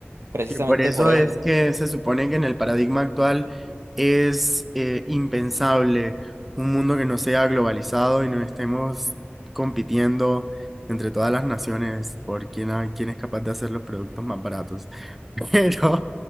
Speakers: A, on the right; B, in the centre.
A: Precisamente
B: Que por eso
A: por eso,
B: es que se supone que en el paradigma actual es eh, impensable un mundo que no sea globalizado y no estemos compitiendo entre todas las naciones por quién, ha- quién es capaz de hacer los productos más baratos. <laughs> Pero,